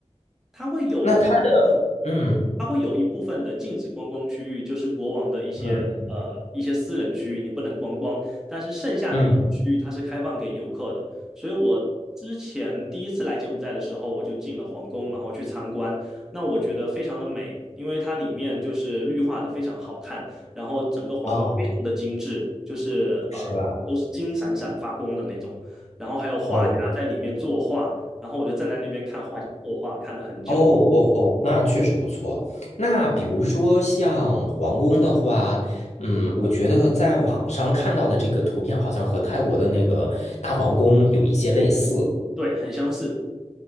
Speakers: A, in the centre; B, on the left (about 80°).
A: 它会有一部分
B: 那它的嗯
A: 它会有一部分的禁止观光区域，就是国王的一些呃一些私人区域，
B: 嗯嗯
A: 你不能观光。但是剩下的一些区域，
B: 嗯
A: 它是开放给游客的。所以我之前第一次来柬埔寨的时候，我就进了皇宫，然后去参观。那我觉得非常的美，因为它里面就是绿化的非常好看，然后整个皇宫非常的精致，
B: 啊，
A: 就是呃都是金闪闪发光的那种。
B: 是吧？
A: 然后还有画家在里面作画，
B: 哦。
A: 然后我就站在那边看画家作画，看了很久。
B: 哦哦哦，那确实不错。那比如说像皇宫的话，嗯，我觉得在网上看到的这个图片好像和泰国的那个大皇宫有一些类似，
A: 对，很相似。